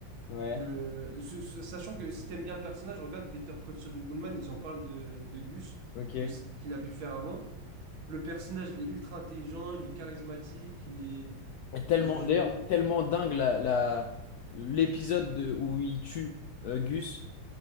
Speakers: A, on the left; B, on the right.
A: ouais,
B: Le, ce- ce- sachant que si t'aimes bien le personnage, regarde Better Call Saul Goodman, ils en parlent de, de Gus,
A: ok.
B: de ce qu'il a pu faire avant. Le personnage, il est ultra intelligent, il est charismatique, il est.
A: Et Tellement,
B: Je, je
A: d'ailleurs,
B: mets.
A: tellement dingue la, la- l'épisode de- où il tue euh, Gus.